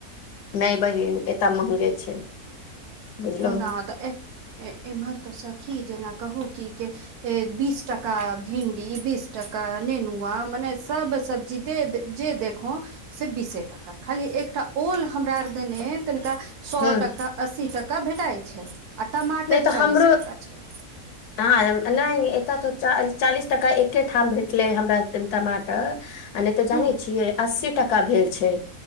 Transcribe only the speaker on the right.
ना तऽ एह- एम्हर त सखी जेना कहू की के बीस टका भिन्डी, बीस टका नेनुवां, मने सब सब्जी दे देत। जे देखो से बीसे टका खाली एकटा ओल हमरा आर देने ए तनिका सौ
टका अस्सी टका भेटाई छै आ टमाटर
चालीस
टका छै।
हूँ